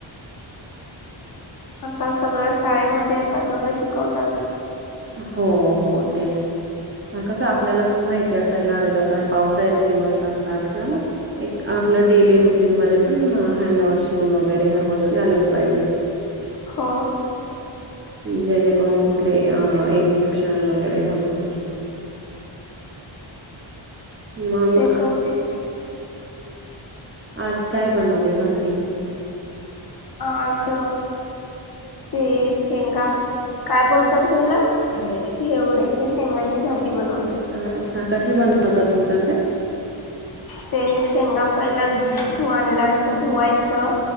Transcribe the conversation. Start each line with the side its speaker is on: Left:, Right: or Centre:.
Left: आता सगळं शाळेमध्ये आता सगळं शिकवतात
Right: हो हो तेच पग कसं आपल्याला पण माहिती असायला हवेत आता पावसाळ्याचे दिवस असतात किंवा मग एक आपलं डेली रुटीन मध्ये पण हँड वॉशिंग वगैरे ह्या गोष्टी आल्याच पाहिजेत अच्
Left: हो
Right: जेणेकरून कुठले अ इन्फेक्शन वगैरे होत नाही मग
Left: ते तर
Right: आज काय बनवली भाजी
Left: आच ते शेंगा काय बोलतात घयला हेवड्याचे शेंगाची भाजी बनवली
Right: च्छच्छा कशी बनवतात तुमच्याकडे
Left: ते शेंगा पहिला धु आणल्यानंतर धुवायचं.